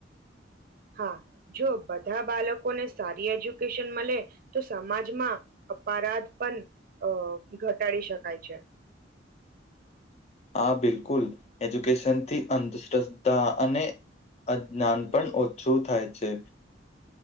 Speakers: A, on the right (about 50°); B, on the left (about 35°).
A: હા. જો બધા બાલકોને સારી એજ્યુકેશન મલે તો સમાજમાં અપારાધ પણ અ ઘટાડી શકાય છે.
B: આ બિલકુલ! એજ્યુકેશનથી અંધશ્રદ્ધા અને અદનાન પણ ઓછું થાય છે.